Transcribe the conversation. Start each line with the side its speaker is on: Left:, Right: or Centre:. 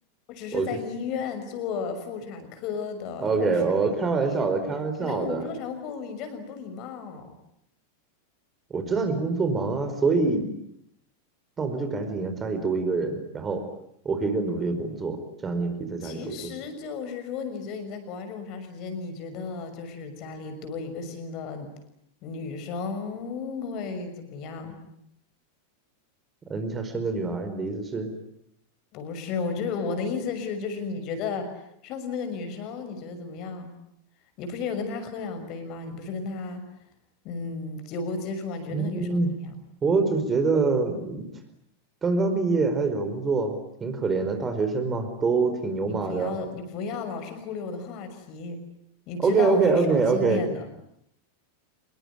Left: 我只是在医院做妇产科的护士而已。
Right: ，OK，OK，我开玩笑的，开玩笑的。
Left: 什么叫无助产护理？这很不礼貌。
Right: 我知道你工作忙啊，所以那我们就赶紧让家里多一个人，然后我可以更努力的工作，这样你也可以在家里多休息。
Left: 其实就是说，你觉得你在国外这么长时间，你觉得就是家里多一个新的女生会怎么样？
Right: 呃，你想生个女儿，你的意思是？
Left: 不是，我就是我的意思是，就是你觉得上次那个女生，你觉得怎么样？你不是有跟她喝两杯吗？你不是跟她嗯有过接触吗？你觉得那个女生怎么样？
Right: 嗯，我只是觉得嗯刚刚毕业还得找工作，挺可怜的，大学生嘛，都挺牛马的。
Left: 你不要你不要老是忽略我的话题，你知道我是双性恋的，
Right: OK OK OK OK，